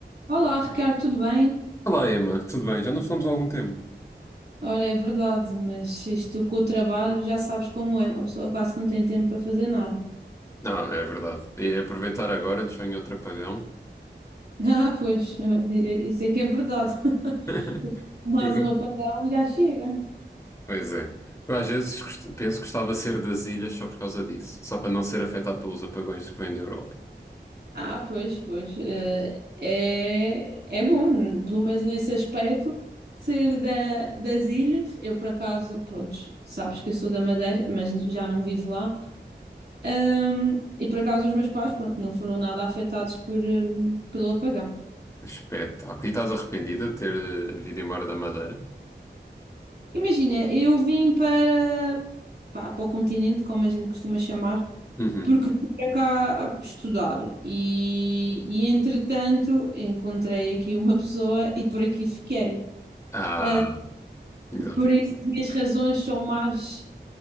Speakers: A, on the right; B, on the left.
A: Olá, Ricardo, tudo bem?
B: Olá, Emma, tudo bem? Já não falamos há algum tempo.
A: Olha, é verdade, mas isto com o trabalho já sabes como é, uma pessoa quase não tem tempo para fazer nada.
B: Não, é verdade. E aproveitar agora, desvenho outro apagão.
A: <laughs> Ah, pois, eh, isso é que é verdade. <laughs>
B: <laughs>
A: Mais
B: E que-
A: um apagão já chega.
B: Pois é. Eu às vezes gost- penso que gostava de ser das ilhas só por causa disso, só para não ser afetado pelos apagões que vêm da Europa.
A: Ah, pois, pois. eh, É, é bom, pelo menos nesse aspecto, ser da, das ilhas. Eu, por acaso, pronto, sabes que eu sou da Madeira, mas já não vivo lá. Ahm, e, por acaso, os meus pais, pronto, não foram nada afetados por, eh, pelo apagão.
B: Espetáculo. E estás arrependida de ter eh, vindo embora da Madeira?
A: Imagina, eu vim para, pá, para o continente, como a gente costuma chamar,
B: Uhum.
A: porque vim para cá estudar e, e entretanto encontrei aqui uma pessoa e por aqui fiquei.
B: Ah,
A: Ah,
B: exatamente.
A: por isso as minhas razões são mais